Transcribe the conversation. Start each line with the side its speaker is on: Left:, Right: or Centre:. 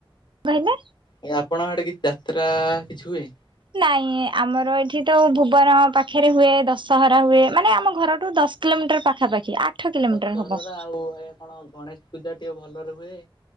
Right: କହିଲେ
Left: ଆ ଆପଣଙ୍କ ଆଡ଼େ କିଛି ଯାତ୍ରା କିଛି ହୁଏ।
Right: ନାଇଁ ଆମର ଏଇଠି ତ ଭୁବନ ପାଖରେ ହୁଏ ଦଶହରା ହୁଏ ମାନେ ଆମ ଘରଠୁ ଦଶ କିଲୋମିଟର ପାଖାପାଖି
Left: ଆଜ୍ଞା
Right: ଆଠ କିଲୋମିଟର
Left: ଦଶହରା
Right: ହବ।
Left: ଆଉ ଏ କଣ ଗଣେଶ ପୂଜା ଟିକେ ଭଲରେ ହୁଏ